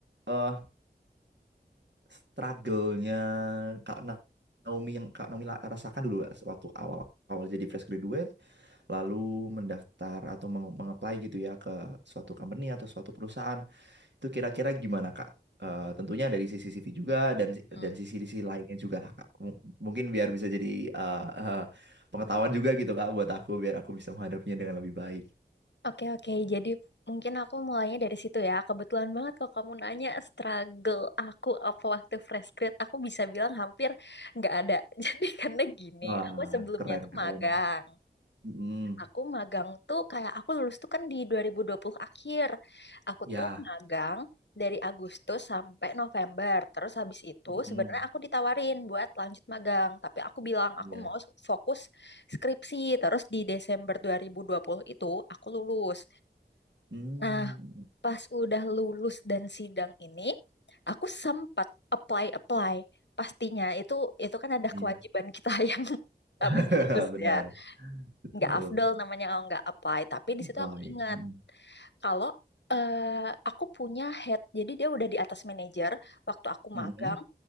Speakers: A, on the right (about 85°); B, on the left (about 80°).
A: uh, struggle-nya Kak Naomi yang Kak Naomi la- rasakan dulu nggak waktu awal-awal jadi fresh graduate, lalu mendaftar atau meng- mengapply gitu ya ke suatu company atau suatu perusahaan, itu kira-kira gimana Kak? Eh, tentunya dari sisi CV juga dan si,
B: Hmm.
A: dan sisi-sisi lainnya juga lah Kak. M- mungkin biar bisa jadi eh, <laughs> eh, pengetahuan juga gitu Kak buat aku biar aku bisa menghadapinya dengan lebih baik.
B: Oke, oke. Jadi mungkin aku mulainya dari situ ya. Kebetulan banget kalau kamu nanya struggle aku apa waktu fresh grad, aku bisa bilang hampir nggak ada. <laughs> Jadi karena gini,
A: Wah,
B: aku sebelumnya
A: keren
B: tuh
A: keren.
B: magang.
A: mm
B: Aku magang tuh kayak aku lulus tuh kan di dua dua ribu dua puluh akhir. Aku
A: Ya.
B: tuh magang dari Agustus sampai November. Terus habis itu
A: Mm-mm.
B: sebenarnya aku ditawarin buat lanjut magang, tapi aku bilang
A: Ya.
B: aku mau fokus skripsi. Terus di Desember dua dua ribu dua puluh itu aku lulus.
A: Hmm.
B: Nah, pas udah lulus dan sidang ini, aku sempat apply-apply. Pastinya itu itu kan ada
A: Iya.
B: kewajiban kita <laughs> yang habis
A: <laughs>
B: lulus
A: Benar,
B: ya.
A: betul.
B: Nggak afdol namanya kalau nggak apply. Tapi di situ
A: Lain.
B: aku ingat
A: Mm-mm.
B: kalau eh, aku punya head, jadi dia udah di atas manajer waktu aku
A: Mm-mm.
B: magang